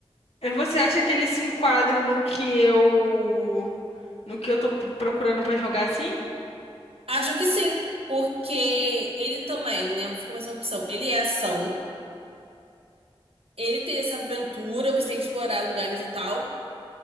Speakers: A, on the left; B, on the right.
A: aí você acha que ele se enquadra no que eu, no que eu tô p- procurando pra jogar assim?
B: Acho que sim, porque ele também, né? Fica mais uma opção. Ele é ação, ele tem essa aventura, você tem que explorar lugares e tal.